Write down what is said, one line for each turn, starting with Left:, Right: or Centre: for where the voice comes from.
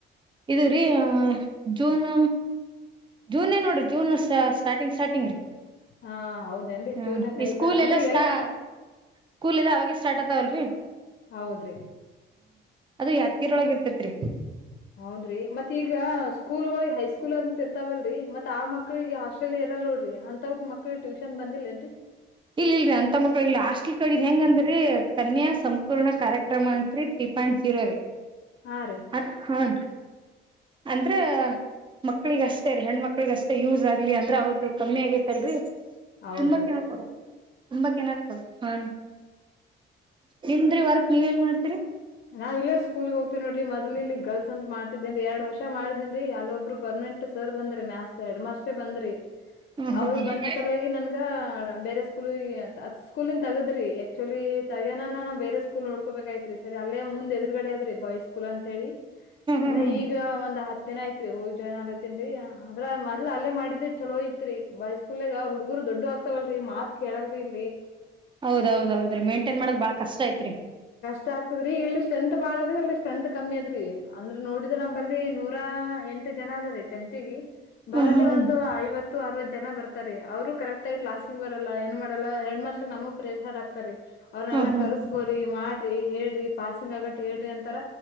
Right: ಇದು ರೀ ಆ ಜೂನ್. ಜೂನೆ ನೋಡ್ರಿ ಜೂನ್ ಸ್ಟಾರ್ಟಿಂಗ್ ಸ್ಟಾರ್ಟಿಂಗ್ ರೀ.
Left: ಹಾ ಹೌದನ್ರಿ
Right: ಹ್ಮ್
Left: ಚೂರ್ನ ಕರಿತರ
Right: ಈ ಸ್ಕೂಲ್
Left: ಅಂದ್ರೆ
Right: ಸ್ಟಾ
Left: ಎಲ್ಲಾ.
Right: ಸ್ಕೂಲ್ ಎಲ್ಲ ಅವಾಗೆ ಸ್ಟಾರ್ಟ್ ಆಗ್ತಾವ್ ಅಲ್ರಿ.
Left: ಹೌದ್ರಿ
Right: ಅದ ಯಾದ್ಗಿರೊಳಗ್ ಇರ್ತೈತ್ರಿ.
Left: ಹೌದ್ರಿ ಮತ್ ಈಗ ಸ್ಕೂಲ್ಗಳಿಗೆ ಹೈಸ್ಕೂಲ್ ಅಂತ ಇರ್ತಾವಲ್ರಿ ಮತ್ ಆ ಮಕ್ಕಳ್ ಮಕ್ಕಳಿಗೆ ಹಾಸ್ಟೆಲ್ ಇರಲ್ಲ ನೋಡ್ರಿ ಅಂತವಕ್ ಮಕ್ಳಿಗ್ ಟ್ಯೂಷನ್ ಬಂದಿಲ್ಲೇನ್ರಿ.
Right: ಇಲ್ ಇಲ್ರಿ ಅಂತ ಮಕ್ಳು ಇಲ್ ಹಾಸ್ಟ್ಲ್ ಕಡೆ ಹೆಂಗಂದ್ರಿ ಕನ್ಯಾ ಸಂಪೂರ್ಣ ಕಾರ್ಯಕ್ರಮ ಅಂತ್ರಿ ತಿ ಪಾಯಿಂಟ್ ಜೀರೋ ರಿ
Left: ಹಾ ರೀ
Right: ಹತ್ ಹುನ್. ಅಂದ್ರ ಮಕ್ಳಿಗ್ ಅಷ್ಟೇ ರೀ ಹೆಣ್ಮಕ್ಳಿಗ್ ಅಷ್ಟೇ ಯೂಸ್ ಆಗ್ಲಿ ಅಂದ್ರ ಅವ್ರದ್ದ ಕಮ್ಮಿ ಆಗೇತಲ್ರಿ.
Left: ಹೌದ್ರಿ
Right: ತುಂಬಾ ಕೇಳ ಕೊಡ. ತುಂಬಾ ಕೆನ ಕೊಡ ಹಾ ನಿಮ್ದ್ರಿ ವರ್ಕ್ ನೀವ್ ಎಲ್ ಮಾಡ್ತೀರಿ.
Left: ನಾವ್ ಇಲ್ಲೆ ಸ್ಕೂಲ್ಗ್ ಹೋಗ್ತೇವಿ ನೋಡ್ರಿ ಮದ್ಲ ಇಲ್ಲಿ ಗರ್ಲ್ಸ್ ಅಂತ ಮಾಡ್ತಿದೇನ್ರಿ ಎಡ್ ವರ್ಷ ಮಾಡಿದೇನ್ರಿ ಅಲೊಬ್ರು ಪರ್ ಮೆಂಟ್ ಸರ್ ಬಂದ್ರೆ ಮ್ಯಾಸ್ ಹೆಡ್ ಮಾಸ್ಟರೆ ಬಂದ್ರಿ
Right: ಹ್ಮ್ ಹ್ಮ್
Left: ಅವ್ರು
Right: ಹ್ಮ್
Left: ಬಂದ್ ಸಲುವಾಗಿ ನನ್ಗ ಬೇರೆ ಸ್ಕೂ ಸ್ಕೂಲ್ ಅತ್ ಸ್ಕೂಲಿನ್ ತಗದ್ರಿ ಆಕ್ಚುಲಿ ತಗ್ಯನಾನ ನಾ ಬೇರೆ ಸ್ಕೂಲ್ ನೋಡ್ಕೋಬೇಕ ಐತ್ರಿ. ಸರಿ ಅಲ್ಲೇ ಮುಂದ್ ಎದ್ರುಗಡೆ ಆದ್ರಿ ಬಾಯ್ ಸ್ಕೂಲ್ ಅಂತ ಹೇಳಿ
Right: ಹ್ಮ್
Left: ಇನ್ನ
Right: ಹ್ಮ್ ಹ್ಮ್
Left: ಈಗ ಒಂದ್ ಹತ್ ದಿನ ಐತ್ರಿ ಹೋಗ್ ಜೂನ್ ಆಲತನ್ರೀ ಅದ್ರ ಮೊದ್ಲ ಅಲ್ಲೆ ಮಾಡಿದ್ದೆ ಚಲೋ ಐತ್ರಿ ಬೈಸ್ಕೂಲ್ಗ ಹುಡ್ಗುರು ದೊಡ್ ದುಡ್ಡು ಆಗ್ತವಲ್ರಿ ಮಾತ್ ಕೇಳಲ್ರಿ ಇಲ್ಲಿ.
Right: ಹೌದೌದ ಹೌದ್ರೀ ಮೇಂಟೇನ್ ಮಾಡ್ದ ಬಾಳ್ ಕಷ್ಟ ಐತ್ರಿ.
Left: ಆಗ್ತದ್ ರೀ ಇಲ್ಲಿ ಸ್ಟ್ರೆಂತ್ ಭಾಳದ ಆಲ್ ಸ್ಟ್ರೇ ಸ್ಟ್ರೆಂತ್ ಕಮ್ಮಿ ಅದ್ರೀ ಅಂದ್ರ ನೋಡಿದ್ರ ನಂಬಲಿ ನೂರಾ ಎಂಟು ಜನ ಅದೀ ಟೆಂತಿಗಿ ಬ
Right: ಹ್ಮ್
Left: ರದೇ
Right: ಹ್ಮ್ ಹ್ಮ್
Left: ಒಂದು ಐವತ್ತು ಅರವತ್ತು ಜನ ಬರ್ತಾರೆ ಅವ್ರು ಕರೆಕ್ಟ್ ಟಾಗ್ ಕ್ಲಾಸಿಗ್ ಬರಲ್ಲ ಏನ್ ಮಾಡಲ್ಲ ಹೆಡ್ ಮಾಸ್ಟರ್ ನಮಗ್ ಪ್ರೆಷರ್ ಆಗ್ತಾರೆ ಅವ್ರನ್ನಲ್ಲ
Right: ಹ್ಮ್ ಹ್ಮ್
Left: ಕರ್ಸಗೋರಿ
Right: ಹ್ಮ್
Left: ಮಾಡ್ ದೆ ಹೇಳ್ರಿ ಪಾಸಿಂಗ್ ಆಗಟ್ ಹೇಳ್ರಿ ಅಂತಾರ